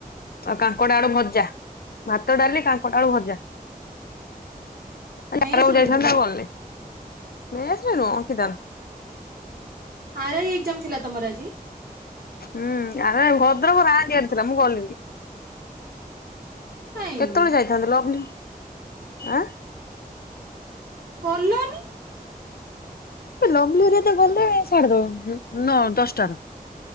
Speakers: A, on the left (about 80°); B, on the right (about 75°).
A: ଆଉ କା ଙ୍କଡ ଆଳୁ ଭଜା ଭାତ ଡାଲି କଙ୍କଡ଼ ଆଳୁ ଭଜା। ଆଜି
B: ମେସ
A: <unintelligible>
B: ରୁ ହେଇଥିଲା
A: ଆଉ ଗଲନି ମେସ ରେ ରଖି ଥାନ୍ତି
B: ଆର ଇ ଏକ୍ଜାମ ଥିଲା ତମର ଆଜି?
A: ହୁଁ ଆରେ ଭଦ୍ରକ ରାଂଦିଆ ଥିଲା ମୁଁ ଗଲିନି।
B: କାହିଁକି
A: କେତେବେଳେ ଯାଇଥାନ୍ତେ ଲଭଲି ଆଁ?
B: ଗଲନି
A: ଏ ଲଭଲି ହେରିକାତ ଗଲେ ସାଢେ ଦ ନଅ ଦଶଟ ରୁ